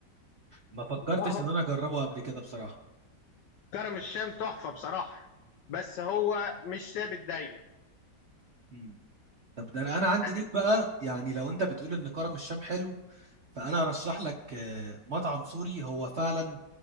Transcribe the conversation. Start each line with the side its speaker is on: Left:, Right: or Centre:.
Right: ما فكرتش
Left: لا هو
Right: ان انا اجربه قبل كده بصراحه
Left: كرم الشام تحفه بصراحه بس هو مش ثابت دايما
Right: م. طب ده انا عندي
Left: يعني
Right: ليك بقى يعني لو انت بتقول ان كرم الشام حلو فانا ارشح لك آه، مطعم سوري هو فعلا